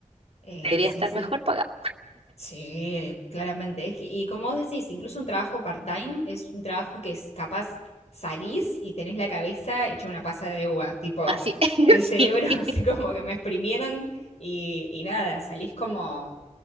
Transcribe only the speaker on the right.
debería
estar
mejor pagado.
Así, <laughs>
sí.